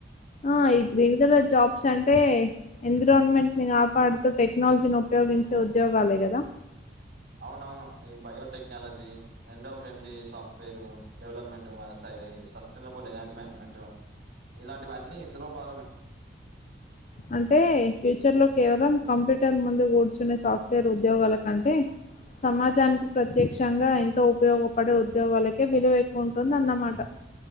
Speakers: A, on the left; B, on the right.
A: ఆ ఈ గ్రీన్ కలర్ జాబ్స్ అంటే ఎన్విరాన్మెంట్ ని కాపాడుతూ టెక్నాలజీని ఉపయోగించేవచ్చ ఉద్యోగాలే కదా
B: అవున అవును ఈ బయోటెక్నాలజీ ఎండో ఫ్రెండ్లీ సాఫ్ట్వేరు డెవలప్మెంట్ మన సై సస్టనబుల్ ఎనజీ మజమెంట్ ఇలాంటివన్నీ ఇందులో భాగమే
A: అంటే ఫ్యూచర్ లో కేవలం కంప్యూటర్ ముందు కూర్చునే సాఫ్ట్వేర్ ఉద్యోగాల కంటే సమాజానికి ప్రత్యక్షంగా ఎంతో ఉపయోగపడే ఉద్యోగాలకే విలువ ఎక్కువ ఉంటుంద అన్నమాట